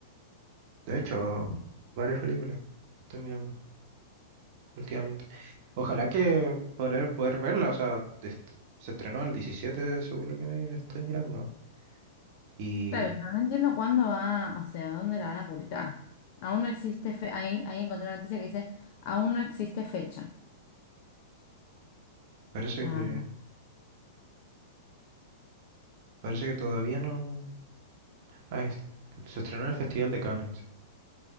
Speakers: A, on the right; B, on the left.
A: De hecho, varias películas estoy mirando últimamente. Ojalá que poder, poder verla, o sea, est- se estrenó el 17, según lo que me estoy mirando. Y
B: Claro, pero no entiendo cuándo va, o sea, dónde la van a publicar. Aún no existe fe... Ahí, ahí encontré una noticia que dice, aún no existe fecha.
A: parece
B: Ah,
A: que, parece que todavía no... ah, es- se estrenó en el Festival de Cannes.